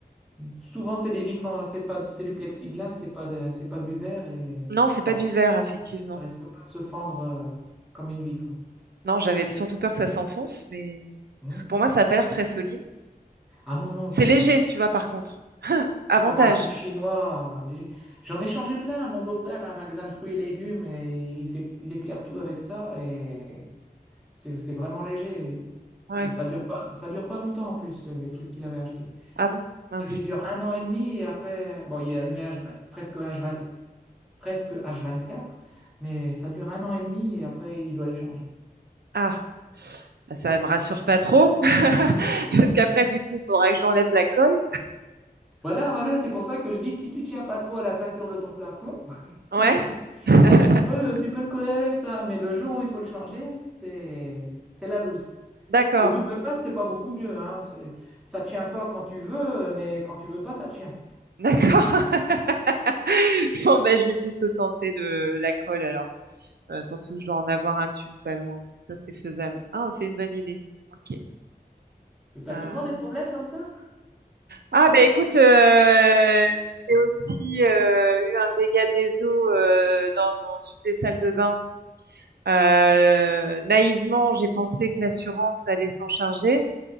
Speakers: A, in the centre; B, on the right.
A: Souvent, c'est des vitres, en- c'est pas, c'est du plexiglas, c'est pas, de- c'est pas du verre et
B: Non, c'est
A: ça,
B: pas du verre, effectivement.
A: ça risque pas de se fendre euh, comme une vitre. hein.
B: Non, j'avais surtout peur que ça s'enfonce, mais
A: Hmm.
B: pour moi, ça a pas l'air très solide.
A: Ah non, non,
B: C'est
A: c'est
B: léger, tu vois, par contre. <laughs> Avantage.
A: c'est sûrement un truc chinois. euh, léger. J'en ai changé plein. Mon beau-frère a un magasin de fruits et légumes et il, s'é- il éclaire tout avec ça et c'est c'est vraiment léger.
B: Ouais.
A: Et ça dure pas, ça dure pas longtemps en plus, euh, les trucs qu'il avait achetés.
B: Ah, mince.
A: Ça lui dure un an et demi et après, bon, il est allumé H vingt- presque, H20 presque H24, mais ça dure un an et demi et après, il doit les changer.
B: Ah, bah, ça me rassure pas trop. <laughs> Parce qu'après, du coup, il faudra que j'enlève la colle.
A: Voilà, voilà, c'est pour ça que je dis, si tu tiens pas trop à la peinture de ton plafond, <laughs>
B: Ouais. <laughs>
A: Tu peux le, tu peux le coller avec ça, mais le jour où il faut le changer, c'est c'est la loose.
B: D'accord.
A: Le double passe, c'est pas beaucoup mieux, hein. C'est, ça tient pas quand tu veux, mais quand tu veux pas, ça tient.
B: D'accord. <laughs> Bon, bah, je vais plutôt tenter le- la colle alors. Euh, surtout, je dois en avoir un tube pas loin. Ça, c'est faisable. Ah, c'est une bonne idée. Ok.
A: Mais T'as
B: Ah.
A: souvent des problèmes comme ça?
B: Ah bah écoute, euh, j'ai aussi euh, eu un dégât des eaux euh, dans, dans une des salles de bain. Euh, naïvement, j'ai pensé que l'assurance allait s'en charger